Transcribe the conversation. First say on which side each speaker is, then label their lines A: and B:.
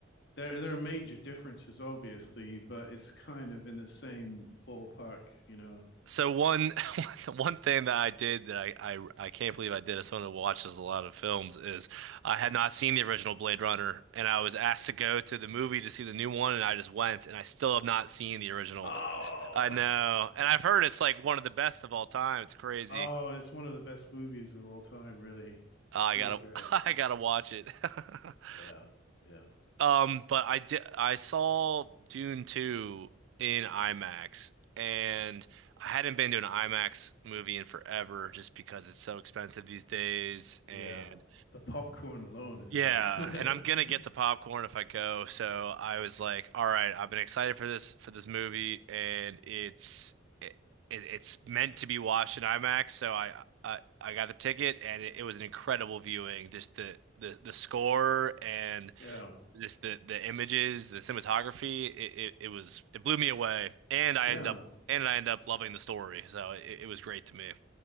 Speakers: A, on the left; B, on the right.
A: there there are major differences, obviously, but it's kind of in the same ballpark, you know.
B: So one <laughs> one thing that I did that I, I I can't believe I did as someone who watches a lot of films is I had not seen the original Blade Runner and I was asked to go to the movie to see the new one and I just went and I still have not seen the original.
A: Oh,
B: <laughs> I know. And I've heard it's like one of the best of all time. It's crazy.
A: <laughs> oh, it's one of the best movies of all time. Really,
B: Oh,
A: it's
B: I
A: really
B: gotta
A: great.
B: <laughs> I gotta watch it. <laughs>
A: Yeah. Yeah.
B: Um, but I did I saw Dune 2 in IMAX and I hadn't been to an IMAX movie in forever just because it's so expensive these days and
A: Yeah. The popcorn alone is
B: yeah,
A: bad.
B: and I'm gonna get
A: <laughs>
B: the popcorn if I go, so I was like, all right, I've been excited for this for this movie and it's it, it- it's meant to be watched in IMAX, so I I, I got the ticket and it, it was an incredible viewing. Just the the the score and
A: Yeah.
B: just the the images, the cinematography, it, it, it was it blew me away, and I
A: Yeah.
B: ended up and I ended up loving the story, so it, it was great to me.